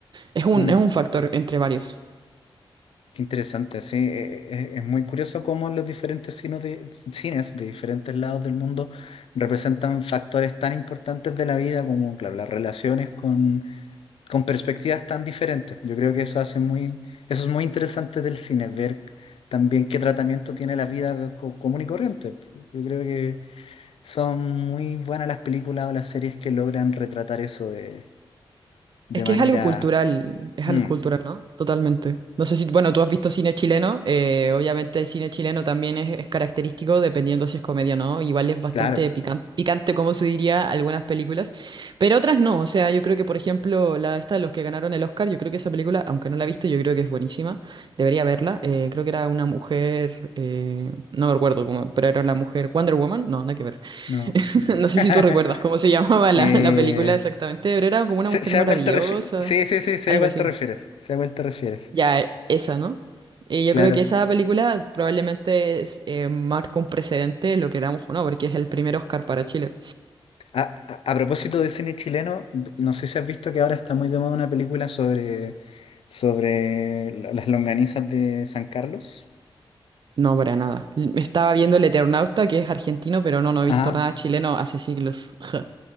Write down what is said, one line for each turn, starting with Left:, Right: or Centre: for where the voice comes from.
Right: Es un,
Left: mm.
Right: es un factor entre varios.
Left: Qué Interesante, sí. eh, eh, Es muy curioso cómo los diferentes cines de, cines de diferentes lados del mundo representan factores tan importantes de la vida como, claro, las relaciones con, con perspectivas tan diferentes. Yo creo que eso hace muy, eso es muy interesante del cine, ver también qué tratamiento tiene la vida co- común y corriente. Yo creo que son muy buenas las películas o las series que logran retratar eso de, de
Right: Es que
Left: manera...
Right: es algo cultural, es
Left: mm,
Right: algo cultural, ¿no? Totalmente. No sé si, bueno, tú has visto cine chileno, eh, obviamente el cine chileno también es, es característico dependiendo si es comedia o no, igual es bastante
Left: claro,
Right: pican- picante, como se diría, algunas películas, pero otras no, o sea, yo creo que, por ejemplo, la esta, de los que ganaron el Oscar, yo creo que esa película, aunque no la he visto, yo creo que es buenísima, debería verla, eh, creo que era una mujer, eh, no me recuerdo cómo, pero era la mujer Wonder Woman, no, nada que ver.
Left: no.
Right: <laughs>
Left: <laughs>
Right: No sé
Left: eh,
Right: si tú recuerdas cómo se <laughs> llamaba la,
Left: Eh,
Right: la película exactamente, pero era como una
Left: Sé,
Right: mujer
Left: sé
Right: maravillosa,
Left: a cuál te refieres. Sí, sí, sí, sé
Right: algo
Left: a cuál
Right: así.
Left: te refieres. Sé a cuál te refieres.
Right: Ya, e- esa, ¿no? Y yo
Left: Claro.
Right: creo que esa película probablemente es, eh, marca un precedente, lo queramos o no, porque es el primer Oscar para Chile.
Left: A, a- a propósito de cine chileno, no sé si has visto que ahora está muy de moda una película sobre, sobre la- las longanizas de San Carlos.
Right: No, para nada. L- Me estaba viendo El Eternauta, que es argentino, pero no, no he
Left: Ajá.
Right: visto nada chileno hace siglos. <laughs>